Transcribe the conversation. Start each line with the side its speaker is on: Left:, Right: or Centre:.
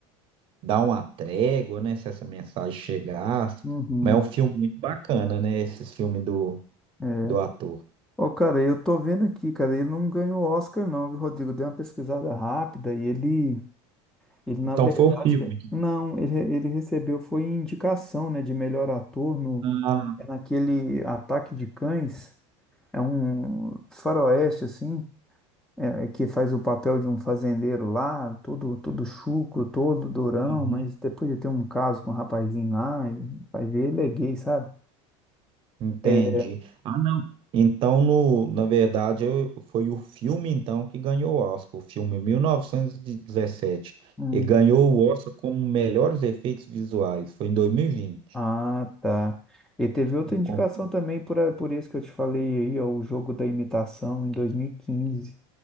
Right: dar uma trégua, né, se essa mensagem chegasse,
Centre: Uhum,
Right: mas é um filme muito bacana, né, esses filmes do,
Centre: é.
Right: do ator.
Centre: Ô, cara, eu tô vendo aqui, cara, ele não ganhou Oscar não, viu, Rodrigo? Dei uma pesquisada rápida e ele, ele na
Right: Então
Centre: verdade,
Right: foi o filme.
Centre: cara, não, ele, ele recebeu foi indicação, né, de melhor ator no,
Right: Ah,
Centre: é naquele Ataque de Cães, é um faroeste, assim, é, é que faz o papel de um fazendeiro lá, todo, todo chucro, todo durão,
Right: uhum.
Centre: mas depois de ter um caso com um rapazinho lá, e vai ver, ele é gay, sabe?
Right: Entendi.
Centre: É,
Right: Ah, não. Então, no, na verdade, eu- foi o filme, então, que ganhou o Oscar, o filme mil novecentos E dezessete
Centre: hum.
Right: e ganhou o Oscar como melhores efeitos visuais. Foi em 2020.
Centre: Ah, tá. E teve outra
Right: Eu
Centre: indicação
Right: confundi.
Centre: também, por, a- por isso que eu te falei aí, ó, o jogo da imitação em 2015.